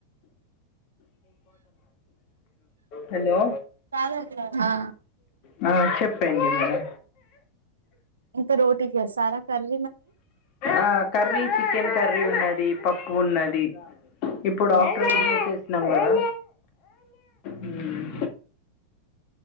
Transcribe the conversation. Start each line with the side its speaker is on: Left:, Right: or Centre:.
Left: హలో
Right: కాదు అట్లా
Left: నౌ చెప్పేయండి మీను
Right: ఇంక రోటీ చేసారా కర్రి
Left: ఆ కర్రీ చికెన్ కర్రీ ఉన్నది పప్పు ఉన్నది ఇప్పుడు
Right: ఆహా
Left: ఆఫ్టర్నూనే చేసినం కదా మ్మ్.